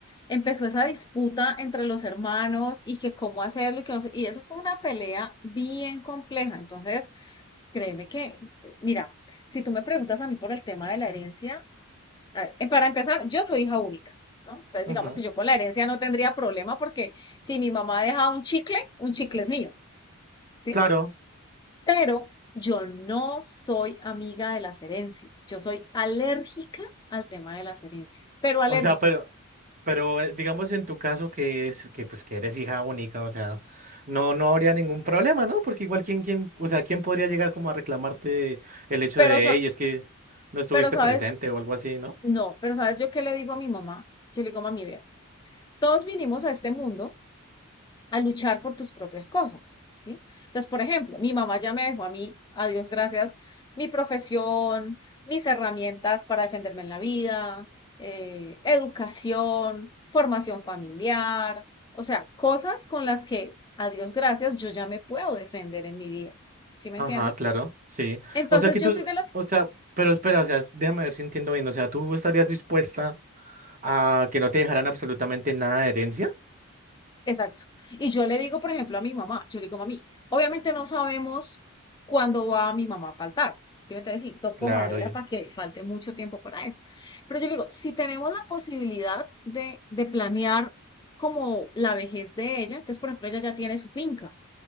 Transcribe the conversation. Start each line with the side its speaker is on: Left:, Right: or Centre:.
Left: empezó esa disputa entre los hermanos y que cómo hacerlo y que no sé- y eso fue una pelea bien compleja. Entonces, créeme que, mira, si tú me preguntas a mí por el tema de la herencia, a ver, eh, para empezar, yo soy hija única, ¿no? Entonces, digamos
Right: ujú,
Left: que yo con la herencia no tendría problema porque si mi mamá deja un chicle, un chicle es mío. ¿Sí?
Right: Claro.
Left: Pero yo no soy amiga de las herencias. Yo soy alérgica al tema de las herencias, pero alérgica.
Right: O sea, pero, pero eh, digamos en tu caso que es que pues que eres hija única, o sea, no, no habría ningún problema, ¿no? Porque igual quién, quién, o sea, quién podría llegar como a reclamarte el hecho
Left: Pero,
Right: de,
Left: sa-
Right: hey, es que no estuviste
Left: pero sabes,
Right: presente o algo así, ¿no?
Left: no, pero sabes yo qué le digo a mi mamá. Yo le digo, mami, vea, todos vinimos a este mundo a luchar por tus propias cosas, ¿sí? Entonces, por ejemplo, mi mamá ya me dejó a mí, a Dios gracias, mi profesión, mis herramientas para defenderme en la vida, eh, educación, formación familiar, o sea, cosas con las que, a Dios gracias, yo ya me puedo defender en mi vida, ¿sí me
Right: Ajá,
Left: entiendes?
Right: claro, sí.
Left: Entonces,
Right: O sea que
Left: yo
Right: tú,
Left: soy de las
Right: o sea, pero espera, o sea, déjame ver si entiendo bien. O sea, ¿tú estarías dispuesta a que no te dejaran absolutamente nada de herencia?
Left: Exacto. Y yo le digo, por ejemplo, a mi mamá, yo le digo, mami, obviamente no sabemos cuándo va mi mamá a faltar. ¿Sí me entiendes? Y toco
Right: Claro,
Left: madera
Right: yo.
Left: para que falte mucho tiempo para eso. Pero yo le digo, si tenemos la posibilidad de, de planear como la vejez de ella, entonces, por ejemplo, ella ya tiene su finca.